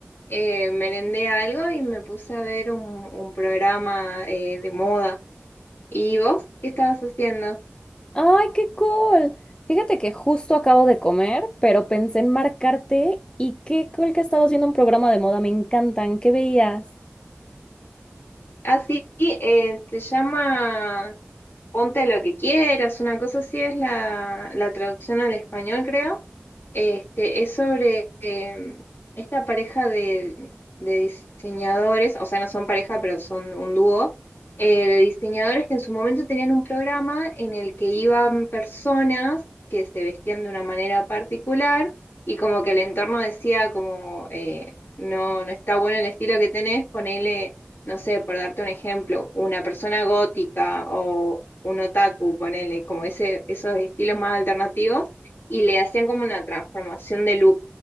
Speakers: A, on the left (about 60°); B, on the left (about 25°).
A: eh, merendé algo y me puse a ver un, un programa eh, de moda. ¿Y vos qué estabas haciendo?
B: ¡Ay, qué cool! Fíjate que justo acabo de comer, pero pensé en marcarte y qué cool que estabas viendo un programa de moda, me encantan. ¿Qué veías?
A: Así se llama Ponte lo que quieras, una cosa así es la, la traducción al español, creo. Este, es sobre eh, esta pareja de, de diseñadores, o sea, no son pareja, pero son un dúo, eh, de diseñadores que en su momento tenían un programa en el que iban personas que se vestían de una manera particular y como que el entorno decía como, eh, no, no está bueno el estilo que tenés, ponele, no sé, por darte un ejemplo, una persona gótica o un otaku, ponele, como ese, esos estilos más alternativos y le hacían como una transformación de look.